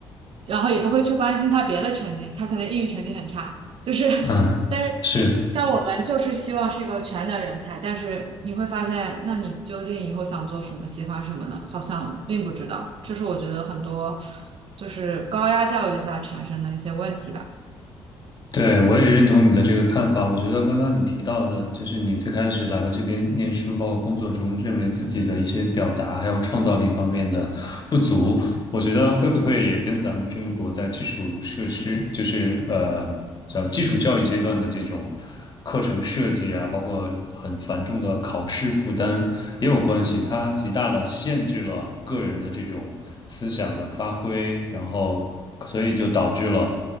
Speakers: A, on the right; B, on the left.
A: 然后也不会去关心他别的成绩，他可能英语成绩很差，就是
B: 嗯，
A: <laughs> 但是像我们就是希望是一个全能人才，
B: 是
A: 但是你会发现，那你究竟以后想做什么，喜欢什么呢？好像并不知道，这是我觉得很多就是高压教育下产生的一些问题吧。
B: 对，我也认同你的这个看法。我觉得刚刚你提到的，就是你最开始来到这边念书，包括工作中，认为自己的一些表达还有创造力方面的不足，我觉得会不会也跟咱们中国在基础设施，就是呃，叫基础教育阶段的这种课程设计啊，包括很繁重的考试负担也有关系。它极大的限制了个人的这种思想的发挥，然后所以就导致了。